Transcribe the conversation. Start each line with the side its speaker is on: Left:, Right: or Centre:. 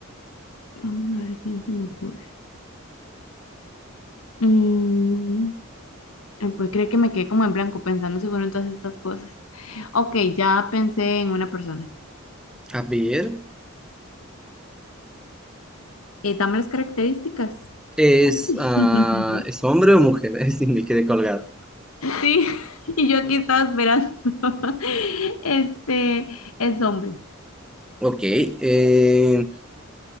Left: vamos a ver quién se me ocurre. Mm, eh, pues creo que me quedé como en blanco pensando seguro en todas estas cosas. Ok, ya pensé en una persona.
Centre: A ver,
Left: Eh, dame las características.
Centre: ¿es,
Left: <laughs>
Centre: ah, ¿es hombre o mujer? <laughs> Sí, me quedé colgado.
Left: Sí, y yo aquí estaba esperando. <laughs> Este es hombre,
Centre: Ok, eh,